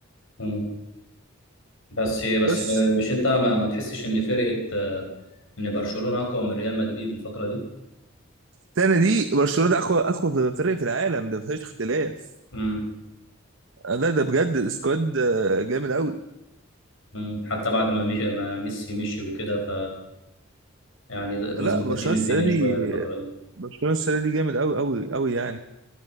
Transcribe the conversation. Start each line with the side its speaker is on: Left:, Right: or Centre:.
Left: مم. بس بس
Right: بس
Left: مش انت ما, ما تحسش ان فرقه آه، ان برشلونه اقوى من ريال مدريد الفتره دي
Right: التاني دي برشلونه ده اقوى اقوى فريق في العالم ده مفيش اختلاف
Left: امم
Right: لا ده بجد السكواد آه، جامد قوي
Left: امم حتى بعد ما مش ما ميسي مشي وكده فيعني مظبطين
Right: لا برشلونه
Left: الدنيا
Right: السنه
Left: شويه
Right: دي
Left: الفتره دي
Right: برشلونه السنه دي جامد قوي قوي قوي يعني